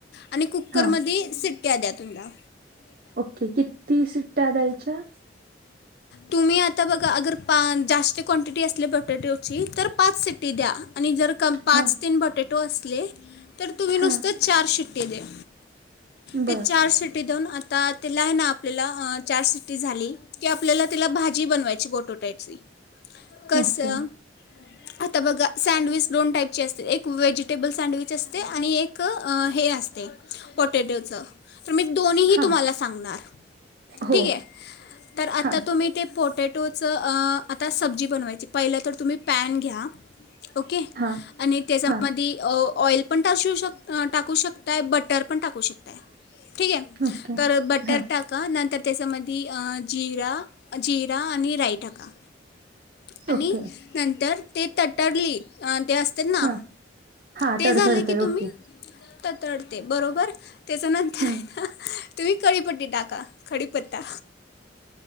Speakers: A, on the left; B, on the right.
A: आणि कुकरमध्ये
B: हा
A: सिट.. द्या द्या तुमला
B: ओके, किती सीट.. त्या द्यायच्या..
A: तुम्ही आता बघा अगर पा.. जास्त कॉन्टॅटी असली पोटॅटोची तर पाच सिट्टी द्या, आणि जर पाच,
B: हा
A: तीन, <unintelligible> बॉटेट तो असले.. तर तुम्ही नुसतं
B: हा
A: चार शिट्ट.. ते द्या ते
B: बर
A: चार सिटी दोन <unintelligible> आता तेला हाय ना आपल्याला अं.. चार सिट्टी झाली की, आपल्याला तिला भाजी बनवायची पोटॅटोची कसं....
B: ओके
A: आता बघा, सँडविच दोन टाईपचे असते एक व्हेजिटेबल सँडविच असते आणि एक हे असते.. पोटॅटोचं.. तर मी दोन्हीही
B: हा
A: तुम्हाला सांगणार
B: हो
A: ठीक आहे.. तर आता
B: हा
A: तुम्ही ते.. पोटॅटोचं अं आता सब्जी बनवायची, पहिलं तर तुम्ही पॅन घ्या ओके..
B: हा
A: आणि त्याच्यामध्ये
B: हा
A: ऑइल पण टाशु शक.. टाकू शकताय बटर पण टाकू शकताय ठीक आहे..
B: ओके
A: तर बटर
B: हा
A: टाका नंतर त्याच्यामध्ये जिरा, जिरा आणि राई टाका आणि...
B: ओके
A: नंतर ते तटरली अं. ते अस ना...
B: हा हा
A: ते
B: तडतडतय
A: झालं की तुम्ही
B: ओके
A: तडतडते बरोबर त्याच्या नंतर.....
B: हम्म
A: तुम्ही कडीपती टाका पत्ता..